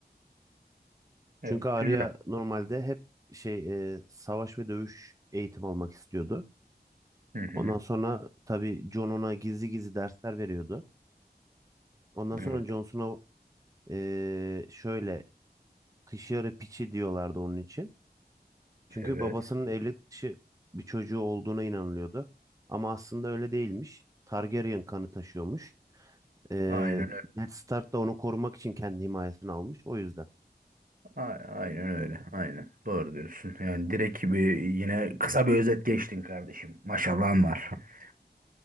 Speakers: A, on the right; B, on the right.
A: Çünkü
B: evet
A: Arya
B: güzel.
A: normalde hep şey e, savaş ve dövüş eğitim almak istiyordu.
B: Hı hı.
A: Ondan sonra tabii Jon ona gizli gizli dersler veriyordu. Ondan
B: Evet.
A: sonra Jon Snow e, şöyle kış yarı piçi diyorlardı onun için. Çünkü
B: Evet.
A: babasının evlilik dışı bir çocuğu olduğuna inanılıyordu. Ama aslında öyle değilmiş. Targaryen kanı taşıyormuş. E,
B: Aynen
A: Ned Stark da onu korumak için kendi himayesine almış. O yüzden.
B: A- Aynen öyle. Aynen. Doğru diyorsun. Yani direkt bir yine kısa bir özet geçtin kardeşim. Maşallahın var. <laughs>